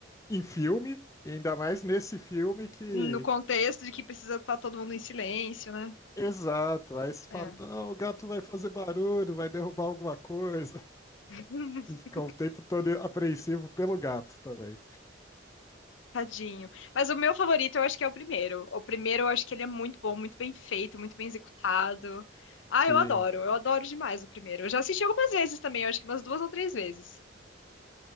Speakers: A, on the left; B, on the left.
A: em filme, e ainda mais nesse filme que.
B: No contexto de que precisa estar todo mundo em silêncio, né?
A: Exato, aí se fala,
B: É.
A: não, o gato vai fazer barulho, vai derrubar alguma coisa,
B: <laughs>
A: e fica o tempo todo apreensivo pelo gato também.
B: Tadinho. Mas o meu favorito eu acho que é o primeiro. O primeiro eu acho que ele é muito bom, muito bem feito, muito bem executado. Ah, eu
A: Sim,
B: adoro, eu adoro demais o primeiro. Eu já assisti algumas vezes também, eu acho que umas duas ou três vezes.